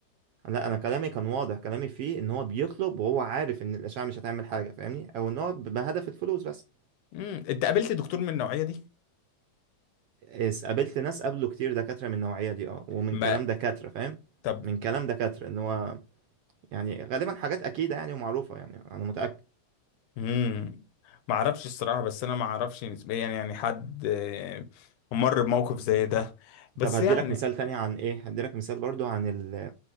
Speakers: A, on the right (about 75°); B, on the left (about 90°).
A: لا انا كلامي كان واضح كلامي فيه ان هو بيطلب وهو عارف ان الاشعه مش هتعمل حاجه فاهمني او ان هو ب- بهدف الفلوس بس
B: امم انت قابلت دكتور من النوعيه دي
A: إس- قابلت ناس قابلوا كتير دكاتره من النوعيه دي اه ومن
B: ما
A: كلام دكاتره فاهم
B: طب
A: من كلام دكاتره ان هو يعني غالبا حاجات اكيده يعني ومعروفه يعني انا متاكد
B: امم ما اعرفش الصراحه بس انا ما اعرفش نسبيا يعني حد آه، مر بموقف زي ده بس
A: طب هدي
B: يعني
A: لك مثال تاني عن ايه هدي لك مثال برضو عن ال